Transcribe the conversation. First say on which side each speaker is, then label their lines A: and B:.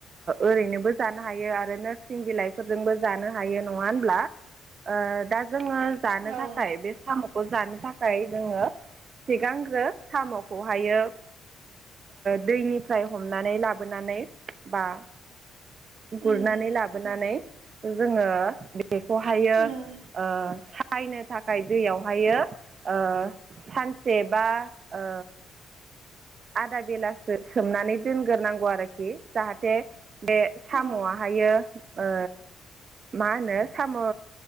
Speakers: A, on the right; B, on the right.
A: ओरैनोबो जानो हायो आरो नोरसिं बिलाइ फोरजोंबो जानो हायो नंङा होनब्ला ओ दा जोङो जानो
B: औ
A: थाखाय बे साम'खौ जानो थाखाय जोंङो सिगांग्रो साम'खौहायो दैनिफ्राय हमनानै लाबोनानै बा
B: उम
A: गुरनानै लाबोनानै जोंङो बेखौहायो
B: उम
A: ओ सायनो थाखाय दैयावहायो ओ सानसे बा ओ आदा बेलासो सोमनानै दोनग्रोनांगौ आरोखि जाहाथे बे साम'आहायो
B: औ
A: ओ मा होनो साम'